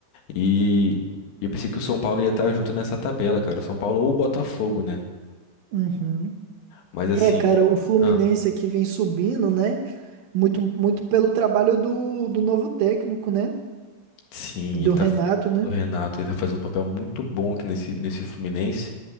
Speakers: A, on the left; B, on the right.
A: E, e eu pensei que o São Paulo ia estar junto nessa tabela, cara. o São Paulo ou o Botafogo, né?
B: Uhum.
A: Mas assim,
B: É, cara, o Fluminense
A: ah,
B: aqui vem subindo, né? Muito, muito pelo trabalho do, do novo técnico, né?
A: sim,
B: Do
A: ele tá.
B: Renato, né?
A: Do Renato, ele tá fazendo um papel muito bom aqui nesse, nesse Fluminense.